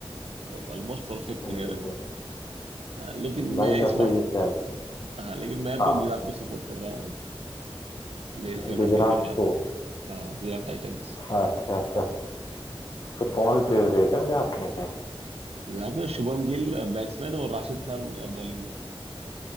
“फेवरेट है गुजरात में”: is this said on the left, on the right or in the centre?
Left